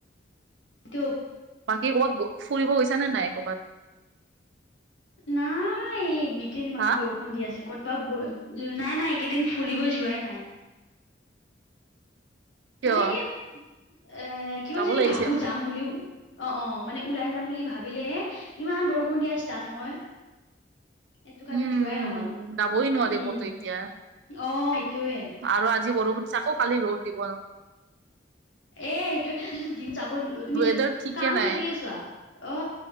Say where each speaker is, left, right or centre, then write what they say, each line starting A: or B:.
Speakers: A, on the left; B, on the right.
A: টোপ
B: বাকী কবাত ফুৰিব গৈছা নে নাই কৰ'বাত
A: নাই এই মিকিন ইমান
B: হা
A: বৰষুণ বৰষুণ দি আছে ক'তবা নাই নাই এইকেইদিন ফুৰিব যোৱাই নাই
B: কিয়
A: মানে কি এ কিবা
B: যাব
A: যদি
B: লাগিছিল
A: ভাবো যাম বুলিও অ অ মানে ওলাই যাম বুলি ভাবিলেহে ইমান বৰষুণ দিয়া ষ্টাৰ্ট হয় এইটো কাৰণে
B: উম
A: যোৱাই নহল উম
B: যাবই নোৱাৰি
A: উম
B: ক'তো এতিয়া
A: অ সেইটোয়ে
B: আৰু আজি বৰষুণ দিছে আকৌ কালি ৰ'দ দিব ন
A: এ সেইটোৱে যাব তুমি
B: ৱেডাৰ
A: য
B: ঠিকে
A: কাম
B: নাই
A: থাকিলে চোৱা অ